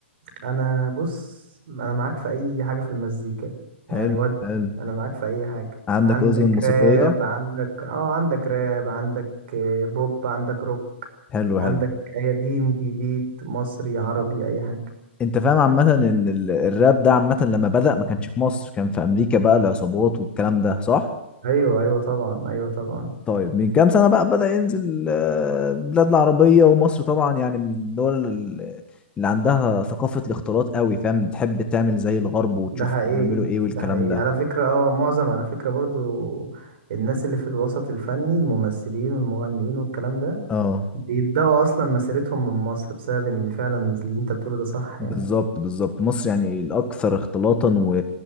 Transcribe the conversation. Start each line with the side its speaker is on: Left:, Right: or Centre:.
Right: انا بص انا معاك في اي حاجه في المزيكا يعني
Left: حلو
Right: ودي
Left: حلو
Right: انا معاك في اي حاجه
Left: عندك
Right: عندك
Left: اذن موسيقية
Right: راب عندك اه عندك راب عندك آه، بوب عندك روك
Left: حلو
Right: عندك
Left: حلو
Right: قديم جديد مصري عربي اي حاجه
Left: انت فاهم عامة ان ال- الراب ده عامة لما بدأ ما كانش في مصر كان في امريكا بقى العصابات والكلام ده صح
Right: ايوه ايوه طبعا ايوه طبعا
Left: طيب من كام سنة بقى بدأ ينزل آه، البلاد العربية ومصر طبعا يعني من الدول ال- اللي عندها ثقافة الاختلاط قوي فاهم بتحب تعمل زي الغرب وتشوف
Right: ده حقيقي
Left: هما بيعملوا ايه والكلام
Right: ده حقيقي
Left: ده
Right: على فكرة اه معظم على فكرة برضو الناس اللي في الوسط الفني الممثلين والمغنيين والكلام ده
Left: اه
Right: بيبدأوا أصلا مسيرتهم من مصر بسبب إن فعلا اللي أنت بتقوله ده صح
Left: بالظبط
Right: يعني
Left: بالظبط مصر يعني الاكثر اختلاطا و...